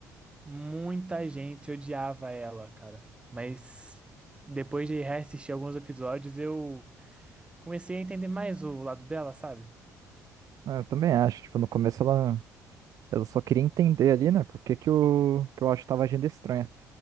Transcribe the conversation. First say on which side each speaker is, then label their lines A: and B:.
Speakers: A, on the right; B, on the right.
A: Muita gente odiava ela, cara. Mas depois de reassistir alguns episódios, eu comecei a entender mais o lado dela, sabe?
B: Ah, Eu também acho, tipo, no começo ela, ela só queria entender ali, né? Por que que o, que o Watch tava agindo estranho.